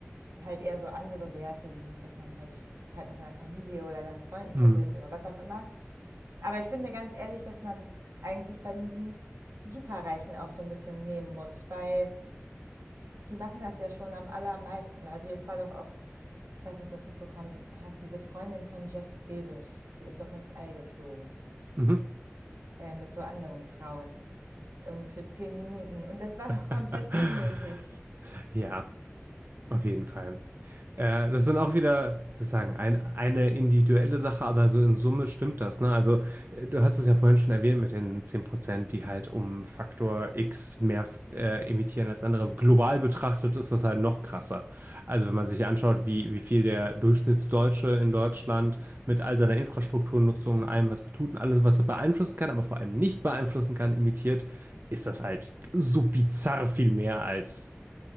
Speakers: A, on the right; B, on the right.
A: halt eher so andere Werte, wie dass man halt Zeit mit seiner Familie oder seinen Freunden
B: Mhm.
A: verbringt oder was auch immer. Aber ich finde ganz ehrlich, dass man eigentlich bei diesen Superreichen auch so ein bisschen nehmen muss, weil die machen das ja schon am allermeisten. Also jetzt war doch auch, ich weiß nicht, ob du das mitbekommen hast, diese Freundin von Jeff Bezos, die ist doch ins All geflogen
B: Mhm.
A: äh, mit so anderen Frauen, irgendwie für zehn Minuten. Und das war doch
B: <laughs>
A: komplett unnötig.
B: Ja, auf jeden Fall. Ja, das sind auch wieder sozusagen ein, eine individuelle Sache, aber so in Summe stimmt das, ne? Also, äh, du hast es ja vorhin schon erwähnt mit den 10%, die halt um Faktor X mehr äh, emittieren als andere. Global betrachtet ist das halt noch krasser. Also, wenn man sich anschaut, wie, wie viel der Durchschnittsdeutsche in Deutschland mit all seiner Infrastrukturnutzung und allem, was er tut und alles, was er beeinflussen kann, aber vor allem nicht beeinflussen kann, emittiert, ist das halt so bizarr viel mehr als